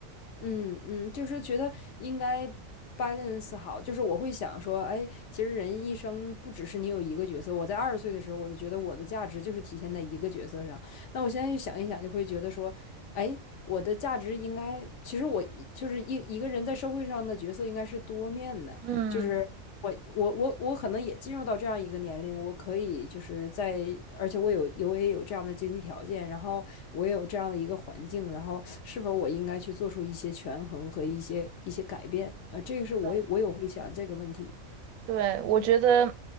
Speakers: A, on the left; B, on the right.
A: 嗯嗯，就是觉得应该 balance 好，就是我会想说，哎，其实人一生不只是你有一个角色。我在二十岁的时候，我就觉得我的价值就是体现在一个角色上。那我现在就想一想，就会觉得说，哎，我的价值应该，其实我一就是一一个人在社会上的角色应该是多面的。
B: 嗯。
A: 就是我我我我可能也进入到这样一个年龄，我可以就是在，而且我有有我也有这样的经济条件，然后我也有这样的一个环境，然后是否我应该去做出一些权衡和一些一些改变？啊，这个是我有我有会想这个问题。
B: 对。对，我觉得，